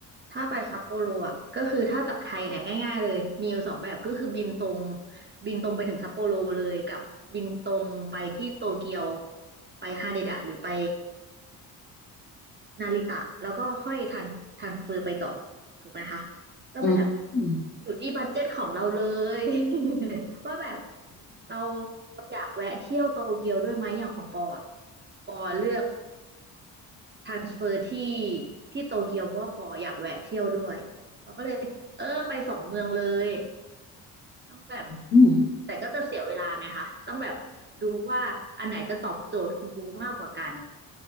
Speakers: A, on the right; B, on the left.
A: ถ้าไปซัปโปโรอ่ะก็คือถ้าจากไทยเนี่ยง่ายๆเลยมีอยู่สองแบบก็คือบินตรงบินตรงไปถึงซัปโปโรเลยกับบินตรงไปที่โตเกียวไปฮาเดดะหรือไปนาริตะแล้วก็ค่อยทันทันเฟอร์ไปต่อถูกไหมคะก็แบบ
B: อืมอืม
A: อยู่ที่บัดเจ็ตของเราเลย <laughs> ว่าแบบเราเราอยากแวะเที่ยวโตเกียวด้วยไหมอย่างของปออ่ะปอเลือก ทรานสเฟอร์ที่ที่โตเกียวเพราะว่าปออยากแวะเที่ยวด้วยปอก็เลยเออไปสองเมืองเลยต้องแบบ
B: อืม
A: แต่ก็จะเสียเวลาไงคะต้องแบบดูว่าอันไหนจะตอบโจทย์คุณบูมากกว่ากัน